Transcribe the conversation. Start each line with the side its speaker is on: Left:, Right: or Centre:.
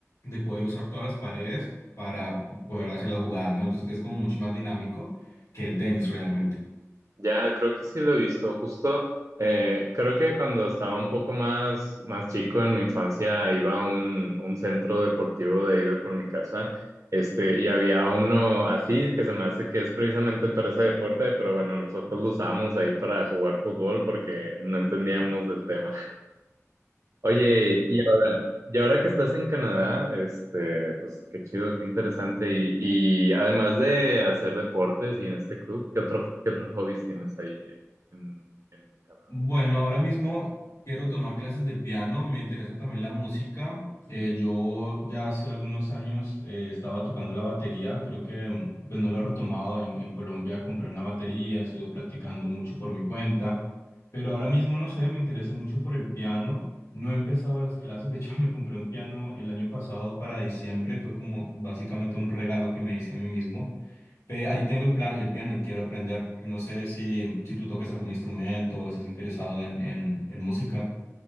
Left: de poder usar todas las paredes para poder hacer las jugadas, ¿no? Entonces es como mucho más dinámico que el tenis realmente.
Right: Ya, creo que sí lo he visto. Justo, eh, creo que cuando estaba un poco más, más chico en mi infancia, iba a un, un centro deportivo de ahí de por mi casa, este, y había uno así que se me hace que es precisamente para ese deporte, pero bueno, nosotros lo usábamos ahí para jugar fútbol porque no entendíamos del tema. Oye, y ahora, y ahora que estás en Canadá, este, pues qué chido, qué interesante. Y, y además de hacer deportes y en este club, ¿qué otro, qué otros hobbies tienes ahí en, en, en Canadá?
Left: Bueno, ahora mismo quiero tomar clases de piano, me interesa también la música. Eh, yo ya hace algunos años eh, estaba tocando la batería, creo que mm, pues no lo he retomado. En, en Colombia compré una batería, estuve practicando mucho por mi cuenta, pero ahora mismo no sé, me interesé mucho por el piano. No he empezado las clases, de hecho <laughs> me compré un piano el año pasado para diciembre, fue como básicamente un regalo que me hice a mí mismo. Ve, ahí tengo el plan, el piano y quiero aprender. No sé si, si tú toques algún instrumento o estás interesado en, en, en música.